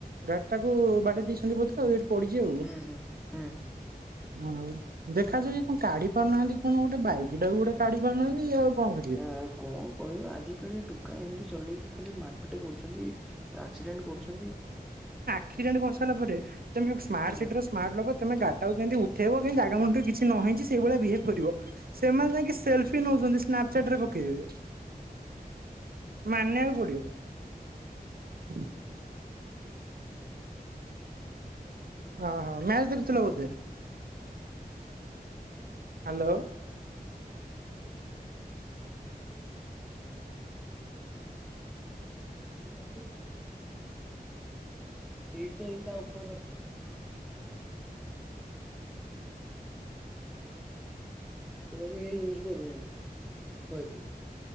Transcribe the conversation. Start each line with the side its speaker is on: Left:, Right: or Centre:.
Right: ଗାଡି ଟାକୁ ବାଡେଇ ଦେଇଚନ୍ତି ବୋଧ ଆଉ ଏଇ ପଡିଚି ଆଉ।
Centre: ହୁଁ ହୁଁ ହୁଁ।
Right: ହଁ ଆଉ ଦେଖାଯାଉ ଇଏ କଣ କାଢି ପାରୁନାହାନ୍ତି କଣ ଗୋଟେ ବାଇକ ଟାକୁ ଗୋଟେ କାଡି ପାରୁନାହାନ୍ତି ଇଏ ଆଉ କଣ ବୁଝିବେ।
Centre: ଆଉ କଣ କହିବ ଆଜିକାଲିଆ ଟୋକା ଏମିତି ଚଲେଇକି ଖାଲି ମାର ପିଟ କରୁଛନ୍ତି ଏ ଆକ୍ସିଡେଣ୍ଟ କରୁଛନ୍ତି।
Right: କ୍ସିଡେଣ୍ଟ କରିସାରିଲା ପରେ ତମେ ସ୍ମାର୍ଟ
Centre: ହୁଁ
Right: ସିଟିର ସ୍ମାର୍ଟ ଲୋକ ତମେ ଗାଡିଟାକୁ କେମିତି ଉଠ ଠେଇବ କେମତି ଜାଗା
Centre: ହୁଁ।
Right: ମୁଣ୍ଡ ରେ ଜିନ୍ କିଛି ନ ହେଇଚି ସେଇଭଳିଆ ବିହେଭ କରିବ। ସେମାନେ ଯାଇକି ସେଲଫି ନଉଚନ୍ତି, ସ୍ନାପଚାଟ ରେ ପକେଇବେ। ମାନିଆକୁ ପଡିବ। <inaudible> ଓ ହୋ ମ୍ୟାଚ ଦେଖୁଥିଲ ବୋଧେ। ହାଲୋ।
Centre: ନା ତ ସେଇ ତ ଏଇ ତା ଉପରେ ରଖିଥିଲ <inaudible> ସେ ବି ୟୁଜ କରୁନି ଏ, ସେମତି ଥୁଆ ହେଇ ଥିଲା।